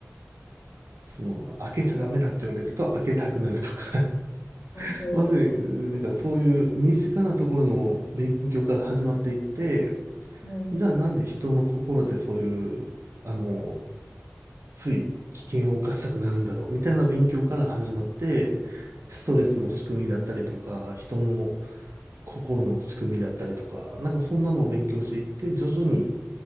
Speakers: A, on the right; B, on the left.
A: その、開けちゃダメだって言われると開けたくなるとか
B: 忘れて。
A: まず、なんかそういう身近なところの勉強から始まっていって、
B: はい、
A: じゃあなんで人の心でそういう、あの、つい危険を冒したくなるんだろうみたいな勉強から始まって、ストレスの仕組みだったりとか、人の心の仕組みだったりとか、なんかそんなのを勉強していって、徐々に、